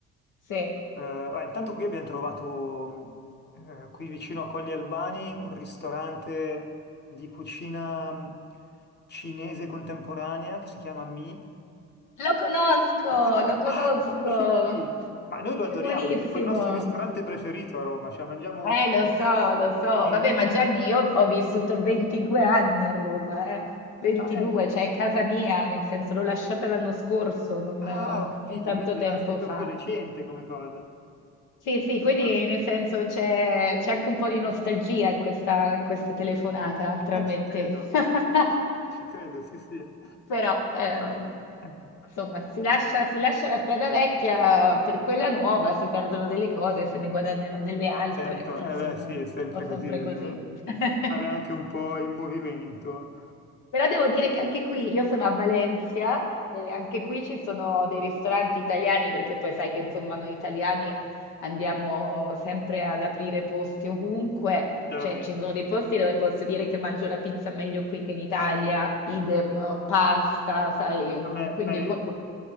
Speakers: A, on the left; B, on the left.
A: Sì,
B: Eh, beh, intanto qui abbiamo trovato, mh, eh, qui vicino a Colli Albani, un ristorante di cucina mh, cinese contemporanea che si chiama Mi.
A: lo conosco,
B: Lo conosci?
A: lo conosco,
B: Ah, conosci Mi? Ma noi lo
A: è
B: adoriamo,
A: buonissimo.
B: è tipo il nostro ristorante preferito a Roma, cioè mangiamo
A: Eh, lo so, lo so.
B: benissimo.
A: Vabbè, ma Gianni, io ho vissuto 22 anni a Roma, eh. 22,
B: Ah, eh,
A: cioè è casa mia, nel senso l'ho lasciata l'anno scorso, non, non
B: ah, ho capito,
A: tanto
B: quindi
A: tempo
B: ah, sei proprio
A: fa.
B: recente come cosa.
A: Sì, sì, quindi
B: Ah, sì.
A: nel senso c'è c'è anche un po' di nostalgia in questa, in questa telefonata tra
B: Eh,
A: me
B: ci
A: e
B: credo,
A: te. <laughs>
B: ci credo, sì, sì.
A: Però, eh,
B: Eh,
A: insomma, si lascia, si lascia la strada vecchia per quella nuova, si perdono delle cose, se ne guadagnano delle altre,
B: Certo,
A: insomma,
B: eh beh, sì,
A: un
B: è sempre
A: po' sempre
B: così, bisogna
A: così. <laughs>
B: stare anche un po' in movimento,
A: Però devo dire che anche qui, io sono a Valencia e anche qui ci sono dei ristoranti italiani, perché poi sai che insomma noi italiani andiamo sempre ad aprire posti ovunque,
B: chiaramente.
A: cioè ci sono dei posti dove posso dire che mangio la pizza meglio qui che in Italia, idem pasta, sai,
B: Vabbè,
A: mm, quindi
B: beh,
A: qualco-
B: io